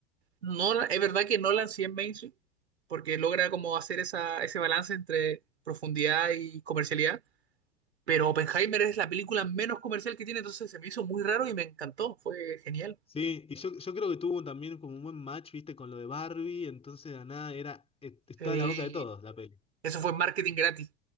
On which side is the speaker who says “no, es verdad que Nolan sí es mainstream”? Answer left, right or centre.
Right